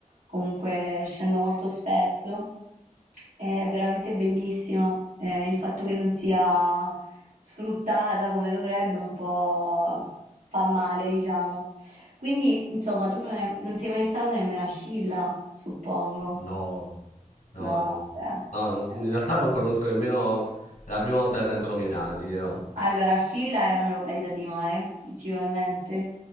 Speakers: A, on the right; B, on the left.
A: comunque scendo molto spesso, è veramente bellissima. Eh, il fatto che non sia sfruttata come dovrebbe un po' fa male, diciamo. Quindi, insomma, tu non, è- non sei mai stato nemmeno a Scilla, suppongo.
B: No, no,
A: No,
B: no.
A: vabbè.
B: No,
A: cioè.
B: non- in realtà non conosco nemmeno... È la prima volta che la sento nominare, ti dirò.
A: Allora, Scilla è una località di mare, principalmente.